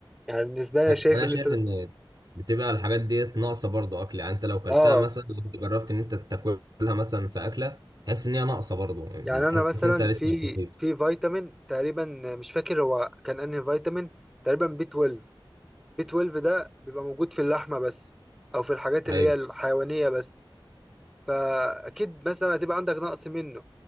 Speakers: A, in the centre; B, on the right (about 50°).
A: يعني بالنسبه
B: انا
A: لي شايف
B: أنا
A: اللي
B: شايف
A: انت
B: ان بتبقى الحاجات دي ناقصه برضو اكل يعني انت لو كلتها
A: اه
B: مثلا لو كنت جربت ان انت تاكلها مثلا في اكله تحس ان هي ناقصه برضو
A: يعني انا
B: تحس
A: مثلا
B: ان انت لسه
A: في
B: ما بتاكلش
A: في فيتامين تقريبا مش فاكر هو كان انهي فيتامين تقريبا بي 12 بي 12 ده بيبقى موجود في اللحمة بس أو في الحاجات
B: ايوه
A: اللي هي الحيوانية بس فأكيد مثلا هتبقى عندك نقص منه